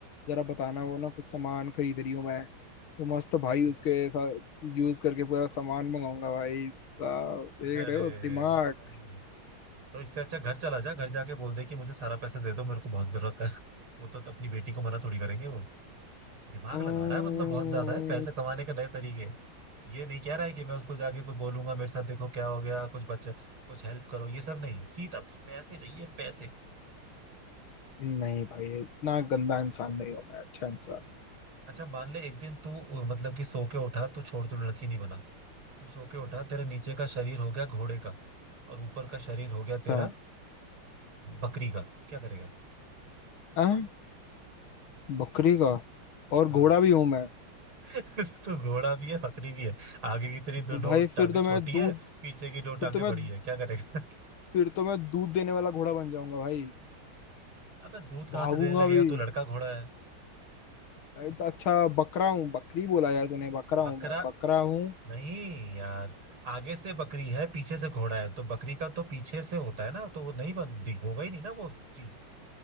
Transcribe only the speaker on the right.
अच्छा
अरे
भाई तो इससे अच्छा घर चला जा घर जाके बोल दे कि मुझे सारा पैसा दे दो मेरे को बहुत जरूरत है <laughs> वो तो अपनी बेटी को मना थोड़ी करेंगे वो दिमाग
लगा रहा है मतलब बहुत ज्यादा है पैसे कमाने के नए तरीके ये नहीं कह रहा है कि मैं उसको जाके कोई बोलूंगा मेरे साथ देखो क्या हो गया कुछ बच्चे कुछ हेल्प करो ये सब नहीं सीधा पैसे चाहिए पैसे
अच्छा मान ले एक दिन तू अ, मतलब कि सो के उठा तू छोड़ तू लड़की नहीं बना तू सो के उठा तेरा नीचे का शरीर हो गया घोड़े का और ऊपर का शरीर हो गया तेरा
आ, बकरी का क्या करेगा
अ,
<laughs> तो घोड़ा भी है बकरी भी है आगे की तेरी दो,
दो
टांगे
छोटी
है पीछे की दो
टांगे
बड़ी है क्या करेगा <laughs>
अबे दूध कहाँ
से देने लगेगा
तू लड़का घोड़ा है
बकरा
नहीं यार आगे से बकरी है पीछे से घोड़ा है तो बकरी का तो पीछे से होता है ना तो वो नहीं बनती होगा ही नहीं ना वो चीज